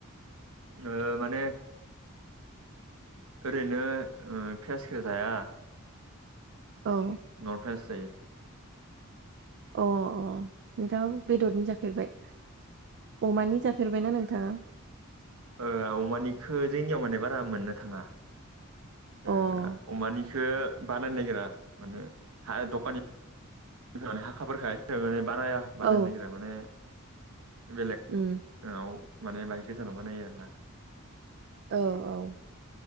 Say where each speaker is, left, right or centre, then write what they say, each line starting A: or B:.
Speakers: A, on the right; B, on the right.
A: ओ माने ओरैनो <unintelligible> जाया
B: औ
A: न'आव जायो
B: अ अ नोंथाङा बेदरनि जाफेरबाय। अमानि जाफेरबायना नोंथाङा?
A: ओ अमानिखौ जोंनियाव माने बारा मोननो थाङा
B: अ
A: ओ
B: औ
A: अमानि ओ बानायनो नायगिरा माने हा दखा फ्राय माने हाखाफोरखाय माने बानाया बानायनो
B: औ
A: नागिरा माने बेलेग
B: उम
A: औ माने बाहाय गोजानाव बा नायो आरो ना।
B: औ औ